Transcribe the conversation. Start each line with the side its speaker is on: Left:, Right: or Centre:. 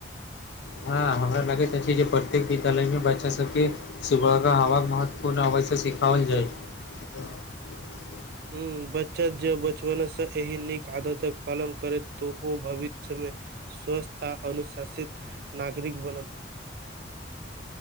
Left: हँ हमरा लगैत अछि जे प्रत्येक विद्यालयमे बच्चा सबके सुबह के हवा महत्वपूर्ण हव से शिखाल जाइ छै तऽ <unintelligible>
Right: हुं बच्चा जे बचपनसँ एहि नीक आदतक पालन करैत तऽ ओ भविष्यमे स्वस्थ आ अनुशासित नागरिक बन